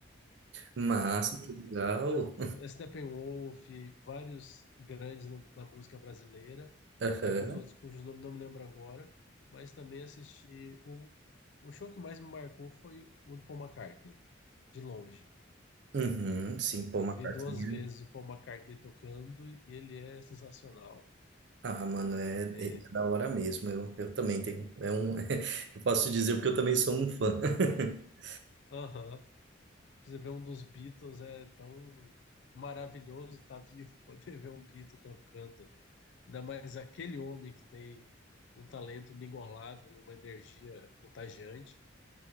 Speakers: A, on the right; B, on the left.
A: Massa, que legal.
B: a Steppenwolf, vários grandes no- da música brasileira
A: Aham.
B: e alguns outros cujos nomes não me lembro agora, mas também assisti o, o show que mais me marcou foi o do Paul McCartney, de longe.
A: Uhum. Sim, pô,
B: Eu
A: McCartney.
B: vi duas vezes o Paul McCartney tocando e ele é sensacional.
A: Ah, mano, é,
B: É,
A: é da hora mesmo. Eu, eu também tenho. É um, <laughs> eu posso dizer porque eu também sou um fã. <laughs>
B: aham, Você vê um dos Beatles é tão maravilhoso estar vivo, <laughs> poder ver um Beatle tocando. Ainda mais aquele homem que tem um talento inigualável e uma energia contagiante.